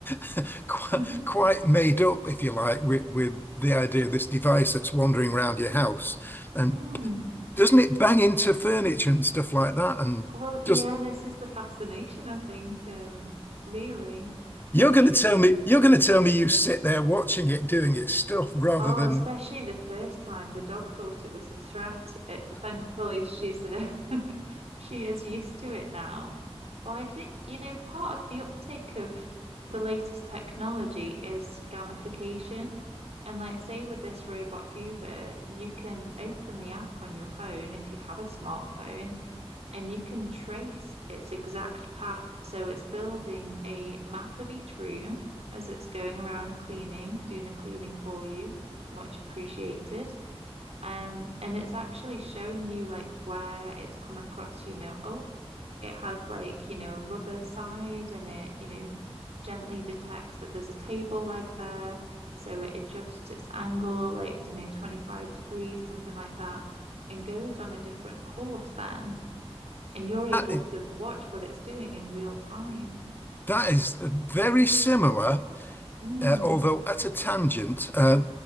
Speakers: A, on the left; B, on the right.
A: <laughs> quite,
B: <laughs>
A: quite made up, if you like, with with the idea of this device that's wandering around your house. And
B: Mm.
A: doesn't it bang into furniture and stuff like that? And
B: Well, yeah,
A: just
B: this is the fascination, I think, um, really.
A: you're
B: I think
A: going to tell me you're going to tell me you sit there watching it doing its stuff rather
B: Oh,
A: than
B: especially the first time the dog thought it was a threat. It, thankfully, she's a <laughs> she is used to it now. But I think, you know, part of the uptake of the latest technology is gamification. And like, say with this robot Hoover, you can open the app on your phone if you have a smartphone, and you can trace its exact path. So it's building a map of each room as it's going around cleaning, doing the cleaning for you much appreciated. Um, and it's actually showing you like where it's come across, you know, oh, it has like, you know, a rubber side and it, you know, gently detects that there's a table leg there. So it adjusts its angle, like, you know, 25 degrees, something like that, and goes on a different course then. And you're able
A: that.
B: to watch what it's doing in real time.
A: That is very similar
B: Mm,
A: Uh, although at a tangent, uh,